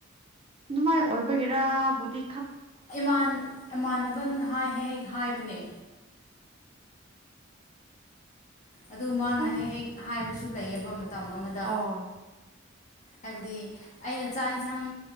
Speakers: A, on the right; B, on the left.
A: ꯑꯗꯨꯃꯥꯏ ꯑꯣꯏꯕꯒꯦꯔꯥ ꯕꯨꯗꯤ
B: ꯥꯟ ꯏꯃꯥꯟꯅꯕꯅ ꯍꯥꯏ ꯍꯦꯛ ꯍꯦꯛ ꯍꯥꯏꯕꯅꯦ ꯑꯗꯨ ꯃꯥꯅ
A: ꯈꯪ
B: ꯍꯦꯛ ꯍꯦꯛ ꯍꯥꯏꯕꯁꯨ ꯂꯩꯑꯕ ꯃꯇꯝ ꯑꯃꯗ
A: ꯑꯣ
B: ꯍꯥꯏꯕꯗꯤ ꯑꯩꯅ ꯆꯥꯛ ꯌꯦꯟꯁꯥꯡ